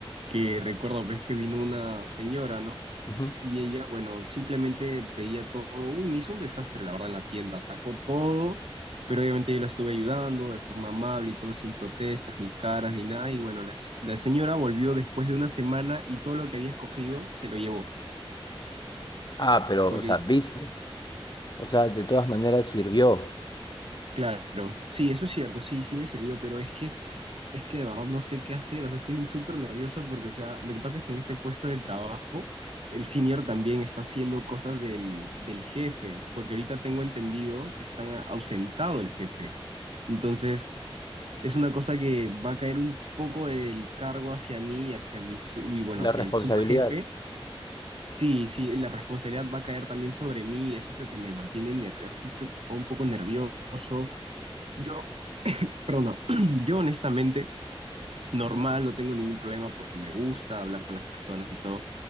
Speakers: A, on the right; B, on the left.
A: que recuerdo, ves que vino una señora, ¿no?
B: Ujú.
A: Y ella, bueno, simplemente veía todo, uy, me hizo un desastre, la verdad, en la tienda, sacó todo, pero obviamente yo la estuve ayudando de forma amable y todo, sin protestas, ni caras, ni nada, y bueno, la, la señora volvió después de una semana y todo lo que había escogido se lo llevó,
B: Ah, pero,
A: porque
B: o sea, viste. O sea, de todas maneras sirvió
A: Claro, sí, eso es cierto, sí, sí me sirvió, pero es que, es que de verdad no sé qué hacer, o sea, estoy súper nervioso porque, o sea, lo que pasa es que en este puesto de trabajo, el senior también está haciendo cosas del, del jefe, porque ahorita tengo entendido que está ausentado el jefe. Entonces, es una cosa que va a caer un poco el cargo hacia mí, y hacia mi, sub- y bueno,
B: la
A: hacia
B: responsabilidad.
A: el subjefe. Sí, sí, la responsabilidad va a caer también sobre mí, y eso es lo que me mantiene ner- así preocupado, un poco nervioso. Yo, Perdón, no. <clears throat> Yo honestamente, normal, no tengo ningún problema porque me gusta hablar con las personas y todo,